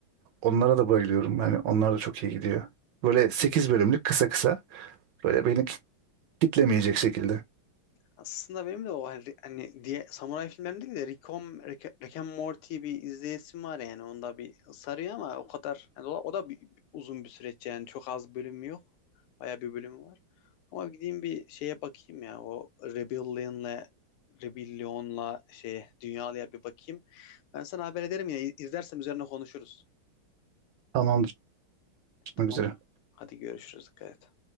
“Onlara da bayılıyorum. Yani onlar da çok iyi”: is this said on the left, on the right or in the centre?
Right